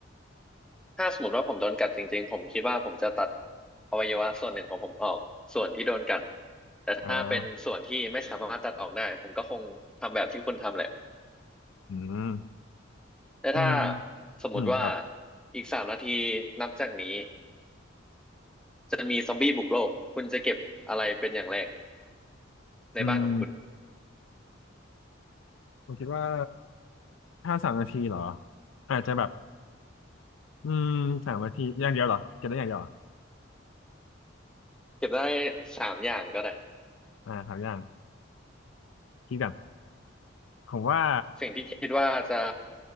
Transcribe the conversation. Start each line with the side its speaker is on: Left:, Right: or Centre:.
Centre: ถ้าสมมติว่าผมโดนกัดจริงๆผมคิดว่าผมจะตัดอวัยวะส่วนหนึ่งของผมออกส่วนที่โดนกัดแต่ถ้าเป็นส่วนที่ไม่สามารถตัดออกได้ผมก็คงทำแบบที่คุณทำแหละ
Left: อ่าอืม
Centre: แต่ถ้า
Left: อืม
Centre: สมมติว่า
Left: อืมครับ
Centre: อีกสามนาทีนับจากนี้ จะมีซอมบี้บุกโลกคุณจะเก็บอะไรเป็นอย่างแรกในบ้านของคุณ
Left: อืมผมคิดว่าถ้าสามนาทีเหรออาจจะแบบ อืมสามนาทีอย่างเดียวเหรอเก็บได้อย่างเดียวเหรอ
Centre: เก็บได้สามอย่างก็ได้
Left: อ่าสามอย่างคิดกันผมว่า
Centre: สิ่งที่คิดว่าจะ